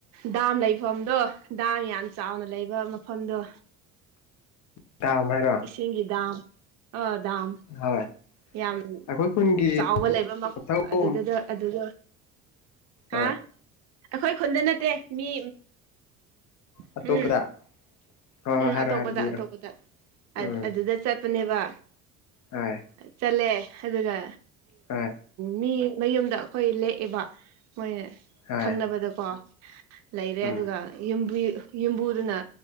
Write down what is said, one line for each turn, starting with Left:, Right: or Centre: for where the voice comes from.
Right: ꯗꯥꯝ ꯂꯩꯐꯝꯗꯣ ꯗꯥꯝ ꯌꯥꯝ ꯆꯥꯎꯅ ꯂꯩꯕ ꯃꯐꯝꯗꯣ
Left: ꯇ ꯑꯃꯔ
Right: ꯁꯤꯒꯤꯗꯥꯝ ꯑ ꯝ
Left: ꯍꯣꯏ
Right: ꯌꯥꯝ
Left: ꯑꯩꯈꯣꯏ ꯈꯨꯟꯒꯤ
Right: ꯆꯥꯎꯕ ꯂꯩꯕ
Left: ꯃꯊꯛꯂꯣꯝ
Right: ꯑꯗꯨ ꯑꯗꯨꯗꯣ ꯍꯥ
Left: ꯍꯣꯏ
Right: ꯑꯩꯈꯣꯏ ꯈꯨꯟꯗ ꯅꯠꯇꯦ ꯃꯤ ꯎꯝ
Left: ꯑꯇꯣꯞꯄꯗ ꯍꯣꯏ ꯍꯣꯏ
Right: ꯎꯝ
Left: ꯍꯥꯏꯔꯣ
Right: ꯑꯇꯣꯞꯄꯗ
Left: ꯍꯥꯏꯔꯣ ꯂꯤꯔꯣ
Right: ꯑꯇꯣꯞꯄꯗ
Left: ꯎꯝ
Right: ꯑꯗꯨꯗ ꯆꯠ ꯆꯄꯅꯦꯕ
Left: ꯍꯣꯏ
Right: ꯆꯠꯂꯦ ꯑꯗꯨꯒ
Left: ꯍꯣꯏ
Right: ꯃꯤ ꯃꯌꯨꯝꯗ ꯑꯩꯈꯣꯏ ꯂꯦꯛꯑꯦꯕ ꯃꯣꯏ
Left: ꯍꯣꯏ
Right: ꯈꯪꯅꯕꯗꯀꯣ ꯂꯩꯔꯦ
Left: ꯎꯝ
Right: ꯑꯗꯨꯒꯕꯨ ꯌꯨꯝꯕꯨꯗꯨꯅ